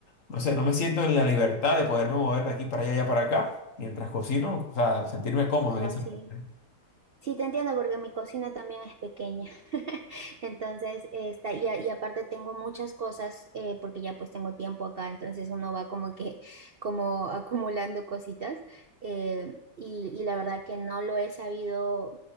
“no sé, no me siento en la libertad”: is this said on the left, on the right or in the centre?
Left